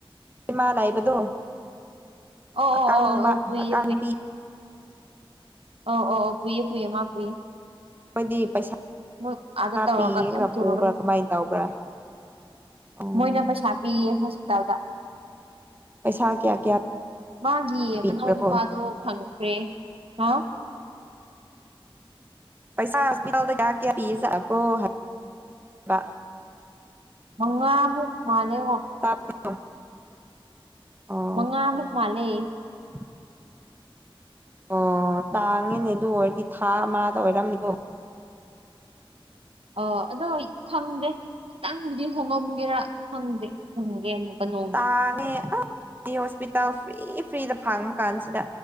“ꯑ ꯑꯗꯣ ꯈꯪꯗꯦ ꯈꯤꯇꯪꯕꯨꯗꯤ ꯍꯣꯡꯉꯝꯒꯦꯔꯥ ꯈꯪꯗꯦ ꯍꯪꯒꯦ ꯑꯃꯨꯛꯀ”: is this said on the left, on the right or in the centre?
Right